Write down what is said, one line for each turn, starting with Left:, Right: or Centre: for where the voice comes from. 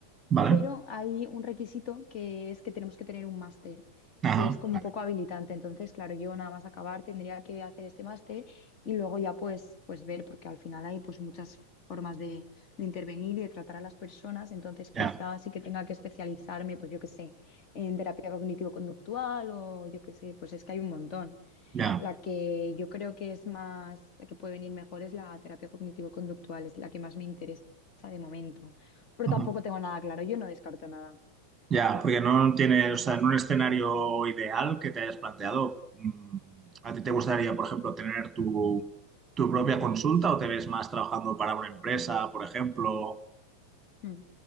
Right: Vale.
Left: pero hay un requisito que es que tenemos que tener un máster,
Right: Ajá,
Left: que es como
Right: vale.
Left: un poco habilitante. Entonces, claro, yo nada más acabar tendría que hacer este máster y luego ya pues, pues ver, porque al final hay pues muchas formas de, de intervenir y de tratar a las personas, entonces quizás
Right: Ya,
Left: sí que tenga que especializarme, pues yo qué sé, en terapia cognitivo-conductual o yo qué sé, pues es que hay un montón.
Right: ya.
Left: La que yo creo que es más, la que puede venir mejor es la terapia cognitivo-conductual, es la que más me interesa de momento. Pero
Right: Ajá.
Left: tampoco tengo nada claro, yo no descarto nada.
Right: Ya, porque no tienes, o sea, en un escenario ideal que te hayas planteado, mm, ¿a ti te gustaría, por ejemplo, tener tu, tu propia consulta o te ves más trabajando para una empresa, por ejemplo?
Left: Mm.